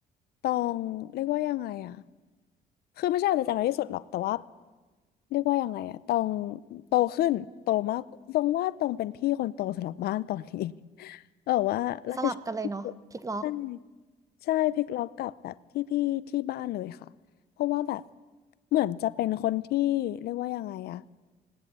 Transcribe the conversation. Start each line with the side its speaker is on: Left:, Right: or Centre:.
Left: ตองเรียกว่ายังไงอะ คือไม่ใช่อาจจะจำได้ที่สุดหรอกแต่ว่าเรียกว่ายังไงอะตองโตขึ้นโตมากตรงว่าตองเป็นพี่คนโตสำหรับบ้านตอนนี้ <laughs> เออว่ารับผิดชอบที่สุดใช่
Right: สลับกันเลยเนาะพลิกล็อก
Left: ใช่พลิกล็อกกับแบบพี่พี่ที่บ้านเลยค่ะเพราะว่าแบบเหมือนจะเป็นคนที่เรียกว่ายังไงอะ